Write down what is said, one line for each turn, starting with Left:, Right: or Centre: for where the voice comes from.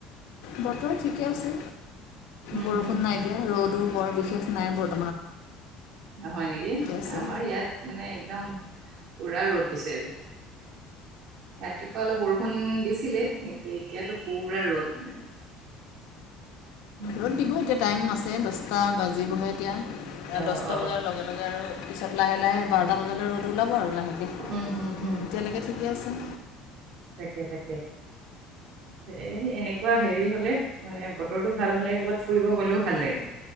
Left: বতৰ ঠিকে আছে।
Right: উম,
Left: বৰষুণ
Right: হুম
Left: নাই দিয়া, ৰ'দো- বৰ বিশেষ নাই, বৰ-
Right: হয় নেকি
Left: আছে
Right: আমাৰ ইয়াত মানে একদম- পুৰা ৰ'দ দিছে আজি। ৰাতিপুৱা অলপ বৰষুণ দিছিলে কিন্তু এতিয়াতো পুৰা ৰ'দ মানে- উম,
Left: ৰ'দ দিব এতিয়া টাইম আছে দচটা বাজিবহে এতিয়া।
Right: অ',
Left: দছটা
Right: অ',
Left: বজাৰ লগে লগে আৰু- পিছত লাহে লাহে বাৰটা বজালৈ ৰ'দ- ওলাব আৰু লাহেকে।
Right: উম, হুম, হুম,
Left: এতিয়ালেকে ঠিকে আছে।
Right: তাকে তাকে এই এনেকোৱা হেৰি হ'লে মানে বতৰটো ভাল হ'লে ক'ৰবাত ফুৰিব গ'লেও ভাল লাগে।